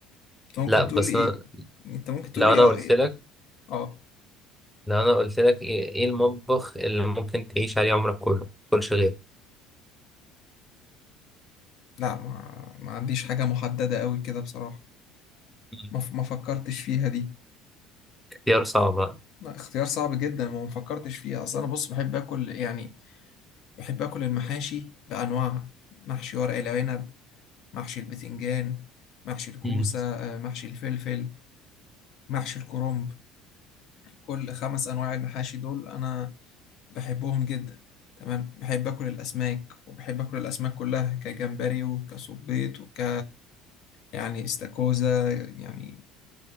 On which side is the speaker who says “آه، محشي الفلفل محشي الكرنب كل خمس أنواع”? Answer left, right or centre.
Left